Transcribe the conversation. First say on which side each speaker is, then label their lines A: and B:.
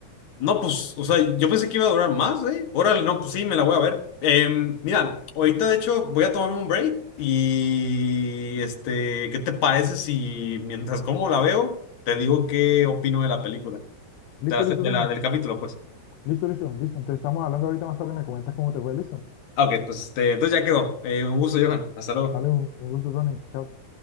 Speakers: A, on the left; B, on the left.
A: No, pues, o sea, yo pensé que iba a durar más, ¿eh? Órale, no, pues sí, me la voy a ver. Eh, mira, ahorita de hecho voy a tomarme un break y, este, ¿qué te parece si mientras como la veo, te digo qué opino de la película,
B: ¿Listo,
A: de la,
B: listo,
A: de
B: Tony?
A: la- del capítulo, pues?
B: Listo, listo, listo. Entonces estamos hablando ahorita más tarde, me comentas cómo te fue, listo.
A: Ah, Ok, pues, este, entonces ya quedó. Eh, un gusto, Johan. Hasta luego.
B: Vale, un, un gusto, Tony. Chao.